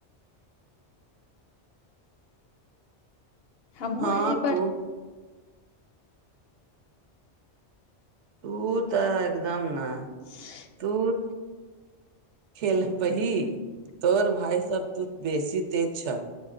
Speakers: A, on the left; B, on the right.
A: हमहुँ
B: हँ
A: एहि पर
B: तू उ तऽ एकदम नऽ
A: ह
B: तु खेल बहि तोर भाय सब तू बेसी तेज छऽ